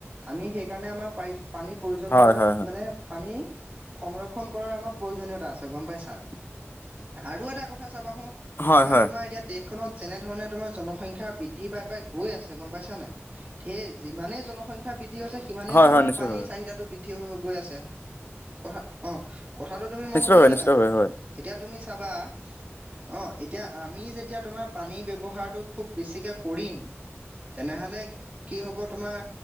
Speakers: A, on the right; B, on the left.
A: আমি সেইকাৰণে আমাৰ পায় পানীৰ প্ৰয়োজন
B: হয়
A: কৰা
B: হয় হয়
A: মানে পানী সংৰক্ষণ কৰাৰ আমাৰ প্ৰয়োজনীয়তা আছে গম পাইছা? আৰু এটা কথা চাবা আহো
B: হয়
A: আমাৰ
B: হয় হয়।
A: তোমাৰ এতিয়া দেশখনত যেনেধৰণে তোমাৰ জনসংখ্যা বৃদ্ধি পাই তাই গৈ আছে গম পাইছা নাই সেই যিমানেই জন সংখ্যা বৃদ্ধি হৈছে সিমানেই
B: হয়
A: এইটো
B: হয়
A: আমাৰ
B: নিশ্চিতভাৱে
A: পানীৰ চাহিদা টো বৃদ্ধি হৈ গৈ আছে কথা অঁ কথাটো তুমি মন
B: নিশ্চিতভাৱে
A: কৰিছা
B: নিশ্চিতভাৱে
A: নাই বাৰু
B: হয়
A: এতিয়া তুমি চাবা অঁ এতিয়া আমি যেতিয়া তোমাৰ পানীৰ ব্যৱহাৰটো খুব বেছিকৈ কৰিম। তেনে হ'লে কি হ'ব তোমাৰ